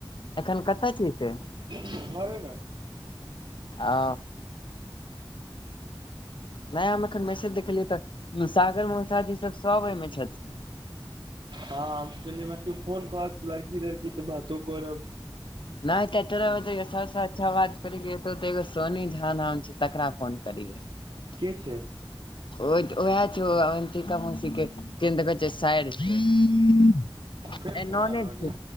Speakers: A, on the left (about 65°); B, on the right (about 75°).
A: एखन कतय छिहि से
B: घरे में
A: ओ नय हम एखन मैसेज देखलियै तऽ सागर मोसा जी सब सभ एहिहिमे छथिन
B: हँ हम सुनि के फोन करत लड़की तड़की तऽ बातो करब
A: नहि ते तोरा ब सबस अच्छा बात करो सोनी झा नाम छय तकरा फोन करईहेन <unintelligible>
B: के छै
A: ओ ओह छय अवंतिक मौसिके कि देन तऽ कहै छै साइर छै
B: फेर फोन
A: ननेद
B: आबि रहल
A: छै
B: ये